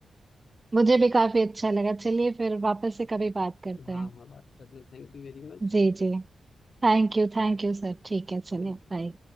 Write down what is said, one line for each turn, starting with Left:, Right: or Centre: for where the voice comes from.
Right: मुझे भी काफी अच्छा लगा चलिए फिर वापस से कभी बात करते
Left: हाँ
Right: हैं
Left: हाँ बात करने thank you very much
Right: जी जी Thank you thank you sir ठीक है चलिए
Left: Thank
Right: बाय
Left: you